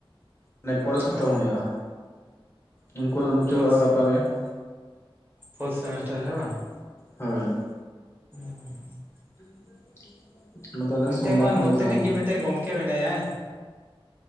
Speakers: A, on the left (about 30°); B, on the right (about 20°).
A: ᱢᱟᱱᱮ ᱯᱚᱨᱮᱨ ᱥᱚᱯᱛᱟ
B: ᱚ
A: ᱠᱷᱚᱱ ᱦᱳᱭᱳᱜᱼᱟ, ᱩᱱᱠᱩᱣᱟᱜ ᱫᱚ ᱢᱩᱪᱟᱹᱫᱚᱜᱼᱟ
B: ᱯᱷᱳᱨᱛ
A: ᱜᱟᱯᱟ ᱜᱮ᱾ <inaudible>
B: <inaudible> ᱦᱮᱸ ᱵᱟᱝ?
A: ᱦᱳᱭ᱾
B: ᱦᱮᱸ,
A: <inaudible> ᱚᱱᱟ ᱛᱟᱦᱚᱞᱮ
B: ᱚᱱᱛᱮ
A: ᱥᱳᱢᱵᱟᱨ
B: ᱢᱟ
A: ᱠᱷᱚᱱ
B: ᱱᱚᱛᱮᱱᱤᱡ
A: ᱮᱠᱡᱟᱢ ᱟᱨᱚ
B: ᱜᱮ ᱢᱤᱫᱴᱮᱱ ᱜᱚᱢᱠᱮ ᱢᱮᱱᱟᱭᱟ᱾